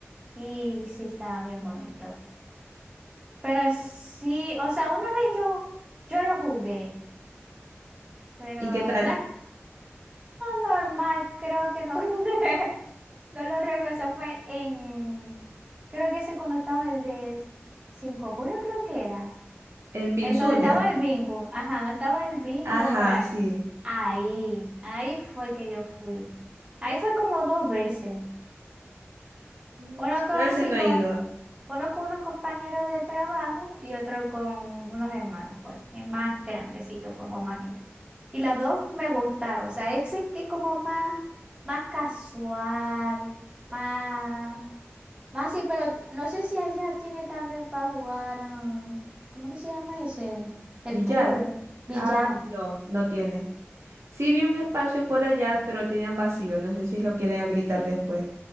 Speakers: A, on the right; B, on the right.
A: y sí estaba bien bonito. Pero sí, o sea, una vez yo, yo lo jugué,
B: <laughs>
A: pero
B: ¿Y qué tal?
A: no, es- ah, normal, creo que no, <laughs> no lo recuerdo, eso fue en, creo que ese cuando estaba el de 5 de julio, creo que era,
B: El Pinzulia.
A: el donde estaba el bingo, ajá, donde estaba el bingo
B: Ajá,
A: por ahí,
B: sí.
A: ahí, ahí fue que yo fui, ahí fue como dos veces,
B: Mm,
A: bueno, como
B: Yo ese
A: así,
B: no
A: con
B: he ido.
A: Uno con unos compañeros de trabajo y otro con unos hermanos, pues, eh, más grandecitos, fuimos más gente. Y las dos me gustaron, o sea, ese es que es como más, más casual, más, más así, pero no sé si allá tiene también para jugar, ah, ¿cómo que se llama ese? El
B: Villar.
A: pool, billar.
B: Ah, no, no tiene. Sí vi un espacio por allá, pero tenían vacío. No sé si lo quieren habilitar después.